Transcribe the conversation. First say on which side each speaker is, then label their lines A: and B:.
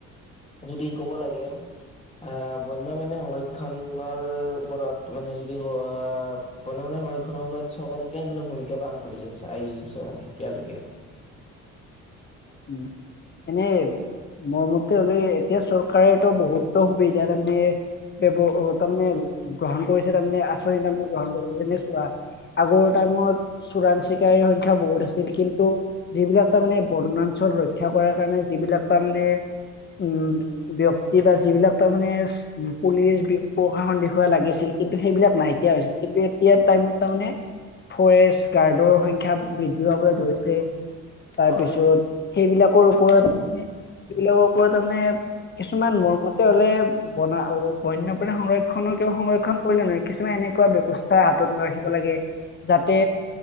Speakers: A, on the left (about 20°); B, on the left (about 35°).
A: যদি কব লাগে আহ বন্য প্ৰাণীসংৰক্ষনৰৰ ওপৰত মানে যদি ক আহ বন্য সংৰক্ষনৰৰ ওপৰত চৰকাৰে কেনেধৰণৰ ভূমিকা পালন কৰিছে আহিছে মানে, এতিয়া লৈকে?
B: উম এনে মোৰ মতে হলে এতিয়া চৰকাৰেটো বহুতো সুবিধা তাৰমানে বৱ তাৰমানে গ্ৰহণ কৰিছে তাৰমানে আচনি তাৰমানে গ্ৰহণ কৰিছে যেনে চ আগৰ টাইমত চোৰাং চিকাৰীৰ সংখ্যা বহুত আছিল কিন্তু যিবিলাক তাৰ মানে বনাঞ্চল ৰক্ষা কৰাৰ কাৰণে যিবিলাক তাৰ মানে উম ব্যক্তি বা যিবিলাক তাৰ মানে পুলিচ প্ৰশাসন বিষয়া লাগিছিল কিন্তু সেইবিলাক নাইকিয়া হৈছিল কিন্তু এতিয়া টাইমত তাৰমানে ফৰেষ্ট গাৰ্ডৰ সংখ্যা বৃদ্ধি পাবলৈ ধৰিছে। তাৰপিছত
A: হয়।
B: সেইবিলাকৰ ওপৰত সিবিলাকৰ ওপৰত তাৰমানে কিছুমান মোৰমতে হলে বনা বন্যপ্ৰাণী সংৰক্ষণৰ ক সংৰক্ষণ কৰিলে নহয় কিছুমান এনেকুৱা ব্যৱস্থা হাতত ৰাখিব লাগে যাতে